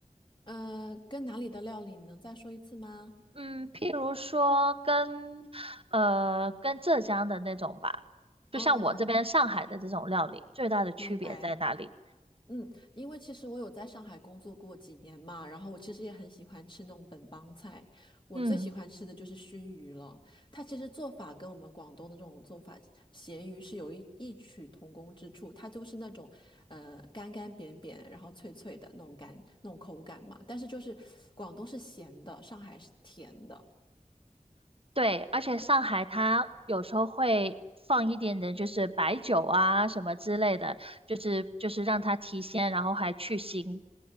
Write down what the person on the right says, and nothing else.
嗯，譬如说跟呃跟浙江的那种吧，就像我这边上海的这种料理，
最大的区别在哪里？
嗯，
对，而且上海它有时候会放一点点，就是白酒啊什么之类的，就是就是让它提鲜，然后还去腥。